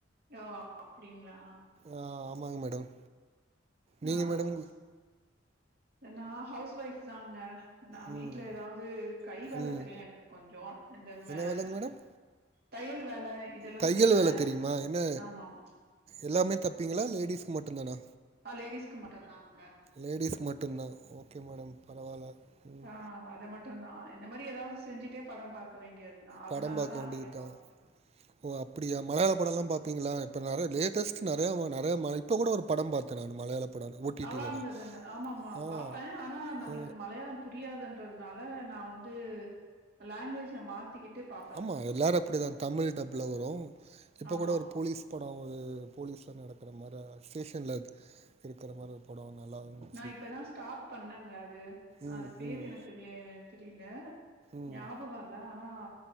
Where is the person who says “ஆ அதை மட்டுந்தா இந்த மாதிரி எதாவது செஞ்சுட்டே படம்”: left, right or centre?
Right